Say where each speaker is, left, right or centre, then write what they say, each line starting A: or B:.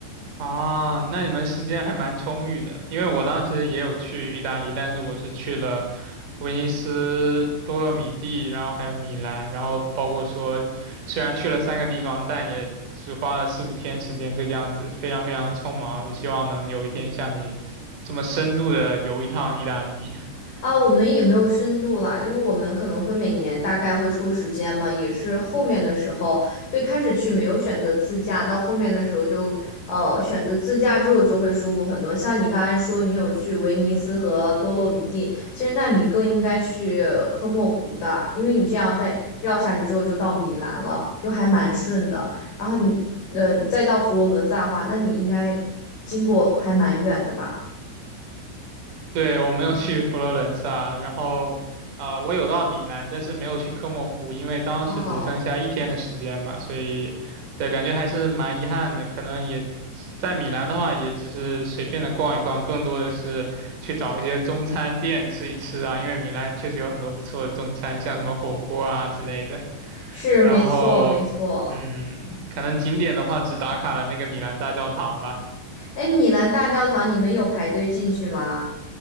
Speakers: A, on the right (about 45°); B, on the left (about 45°).
A: 啊，那你们时间还蛮充裕的，因为我当时也有去意大利，但是我是去了威尼斯、多洛米蒂，然后还有米兰，然后包括说虽然去了三个地方，但也只花了四五天时间这个样子，非常非常匆忙，希望能有一天像你这么深度的游一趟意大利。
B: 啊，我们也没有深度啦，就是我们可能会每年大概会抽时间嘛，也是后面的时候，最开始去没有选择自驾，到后面的时候就呃选择自驾之后就会舒服很多。像你刚才说你有去威尼斯和多洛米蒂，其实那你更应该去科莫湖的，因为你这样再绕下去之后就到米兰了，就还蛮顺的。然后你呃再到佛罗伦萨的话，那你应该经过还蛮远的吧？
A: 对，我没有去佛罗伦萨，然后啊、呃我有到米兰，但是没有去科莫湖，因为当时只剩下一天的时间嘛，
B: 哦，
A: 所以对，感觉还是蛮遗憾的。可能也在米兰的话，也只是随便的逛一逛，更多的是去找一些中餐店吃一吃啊，因为米兰确实有很多不错的中餐，像什么火锅啊之类的。
B: 是没错没错。
A: 然后，嗯，可能景点的话，只打卡了那个米兰大教堂吧，
B: 哎，米兰大教堂，你们有排队进去吗？